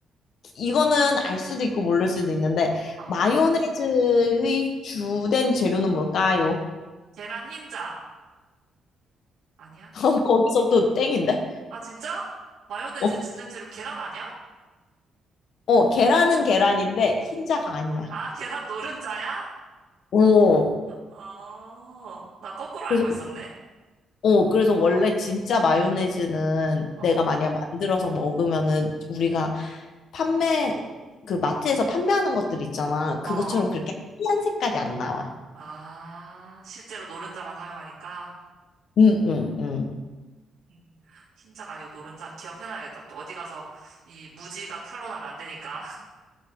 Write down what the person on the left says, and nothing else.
이거는 알 수도 있고 모를 수도 있는데
마요네즈의 주된 재료는 뭘까요?
<laughs> 거기서부터 땡인데?
어,
어 계란은 계란인데 흰자가 아니야.
오
그래서
어 그래서 원래 진짜 마요네즈는
내가 만약 만들어서 먹으면은 우리가 판매 그 마트에서 판매하는 것들 있잖아.
그것처럼 그렇게 하얀 색깔이 안 나와.
응, 응, 응.